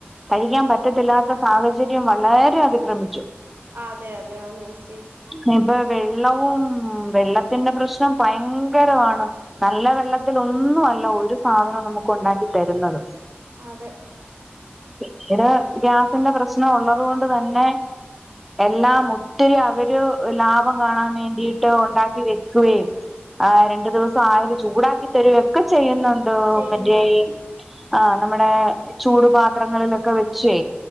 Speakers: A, in the centre; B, on the right.
A: കഴിക്യാം പറ്റത്തില്ലാത്ത സാഹചര്യം വളേരെ അതിക്രമിച്ചു
B: അതെ അതെ ആന്നേച്ചി
A: നിപ്പൊ വെള്ളവും വെള്ളത്തിന്റെ പ്രശ്നം ഭയ്ങ്കരവാണ് നല്ല വെള്ളത്തിലൊന്നും അല്ല ഒരു സാധനം നമുക്ക് ഉണ്ടാക്കി തര്ന്നത്
B: ആതെ
A: കിച്ചെന് ഗ്യാസിന്റെ പ്രശ്നം ഒള്ളത് കൊണ്ട് തന്നെ എല്ലാം ഒത്തിരി അവര് ലാഭം കാണാം വേണ്ടിയിട്ട് ഉണ്ടാക്കി വെക്കുകെയും ആഹ് രണ്ടു ദിവസം ആയാല് ചൂടാക്കി തര്കെയൊക്കെ ചെയ്യ്ന്നുണ്ട്
B: ചെയ്യുന്നുണ്ട്
A: മെറ്റേ ഈ ആഹ് നമ്മ്ടെ ചൂട് പാത്രങ്ങളിലൊക്കെ വെച്ചേ